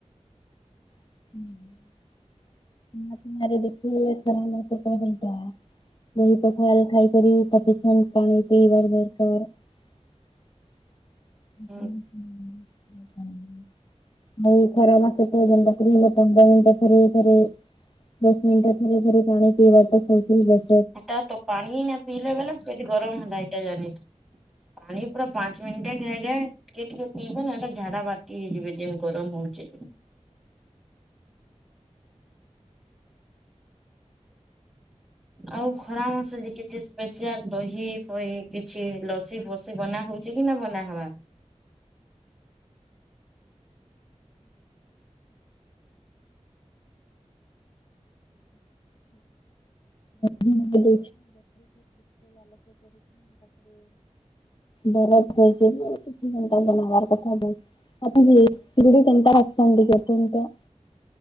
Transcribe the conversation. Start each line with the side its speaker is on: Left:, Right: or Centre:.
Left: <inaudible>
Centre: ହୁଁ
Left: ହୁଁ ହୁଁ।। ଆଉ ଖରା ମାସ ତ ଯେନ୍ତା ହେଲା ପନ୍ଦର ମିନିଟ ଥରେ ଥରେ ଦଶ ମିନିଟ ଥରେ ଥରେ ପାଣି ପିଇବ ତ ଶଥିଲ ବ
Centre: ଏଟା ତ ପାଣି ନା ପିଇଲେ ବେଲେ ଗରମ ହେଲା ଏଇଟା ଜା ପାଣି ପୁରା ପାଞ୍ଚ ମିନିଟେ ଟିକେ ଟିକେ ପିଇବେ ନା ଏଇଟ ଝାଡା ବାତି ହେଇଯିବେ ଦିନ ଗରମ ହଉଛି।। ଆଉ ଖରା ମାସଛି କିଛି ସ୍ପସିଆଲ ଦହି ଫହି କିଛି ଲସି ଫସି ବନା ହଉଛି କି ନା ବନାହବା।
Left: ତାପରେ ବର ହେ ନବାର କଥା ଆପଣ କେନ୍ତା ଆସୁଛନ୍ତି କେତ